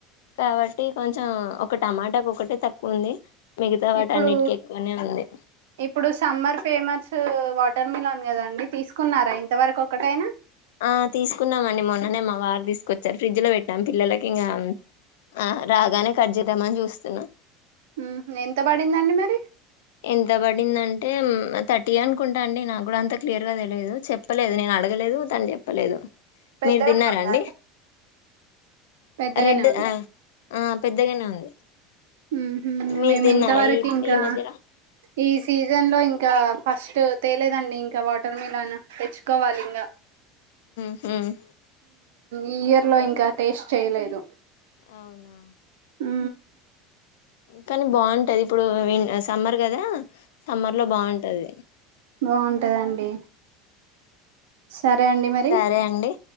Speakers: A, on the left; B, on the right.
A: కాబట్టి కొంచెం ఒక టమాటాకు ఒకటే తక్కువ ఉంది. మిగతా వాటి
B: ఇప్పుడు
A: అన్నిటికి ఎక్కువనే ఉంది
B: ఇప్పుడు సమ్మర్ ఫేమస్ వాటర్ మిలన్ కదండి తీసుకున్నారా ఇంత వరకు ఒకటైనా
A: ఆ తీసుకున్నామండి మొన్ననే మా వారు తీసుకొచ్చారు ఫ్రిడ్జ్ లో పెట్టాం పిల్లలకి ఇంకా ఆ రాగానే కట్ చేద్దామని చూస్తున్నా
B: ఊహూ ఎంత పడిందండి మరి
A: ఎంత పడిందంటే థర్టీ అనుకుంటా అండి నాకు కూడా అంతా క్లియర్గా తెలియదు చెప్పలేదు నేను అడగలేదు తను చెప్పలేదు
B: పెద్దగానే
A: మీరు తిన్నరా
B: ఉందా
A: అండి
B: పెద్దగానే
A: రెడ్ ఆ ఆ పెద్దగానే ఉంది
B: ఉహు
A: మీరు
B: మేము
A: తిన్నారా
B: ఇంతవరకు
A: ఇప్పుడు
B: ఇంకా
A: ఈ మధ్యలో
B: ఈ సీజన్ లో ఇంకా ఫస్ట్ తేలేదండి ఇంకా వాటర్ మిలాన్ తెచ్చుకోవాలి ఇంగ
A: హుహు
B: ఈ ఇయర్ లో ఇంకా టేస్ట్ చేయలేదు
A: అవునా
B: హు
A: కానీ బాగుంటది ఇప్పుడు సమ్మర్ కదా సమ్మర్ లో బాగుంటది
B: బాగుంటంది కదా అండి సరే అండి మరి
A: సరే అండి